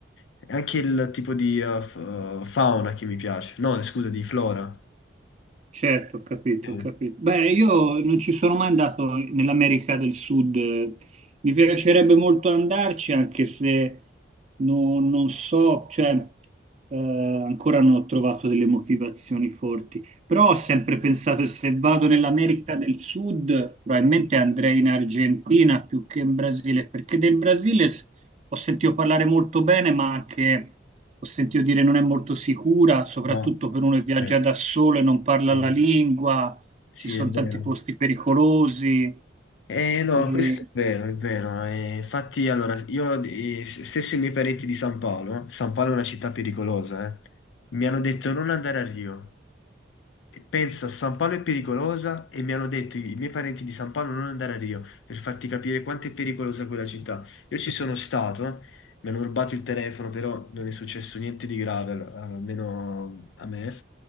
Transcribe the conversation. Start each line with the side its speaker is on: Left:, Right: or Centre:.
Left: è anche il tipo di eh, f- eh, fauna che mi piace. No, scusa, di flora.
Right: Certo, ho capito,
Left: Sì.
Right: ho capito. Beh, io non ci sono mai andato nell'America del Sud. Mi piacerebbe molto andarci, anche se no- non so, cioè, eh, ancora non ho trovato delle motivazioni forti. Però ho sempre pensato che se vado nell'America del Sud, probabilmente andrei in Argentina più che in Brasile, perché del Brasile s- ho sentito parlare molto bene, ma anche ho sentito dire non è molto sicura, soprattutto
Left: No,
Right: per uno che viaggia
Left: eh,
Right: da solo e non parla
Left: sì,
Right: la lingua,
Left: Sì,
Right: ci sono
Left: è vero.
Right: tanti posti pericolosi.
Left: Eh no,
Right: Eh,
Left: questo è vero, è vero. Eh, infatti, allora, io eh, s- stesso i miei parenti di San Paolo, San Paolo è una città pericolosa, eh, mi hanno detto non andare a Rio. Pensa, San Paolo è pericolosa e mi hanno detto i miei parenti di San Paolo non andare a Rio per farti capire quanto è pericolosa quella città. Io ci sono stato, mi hanno rubato il telefono, però non è successo niente di grave, al- almeno a me.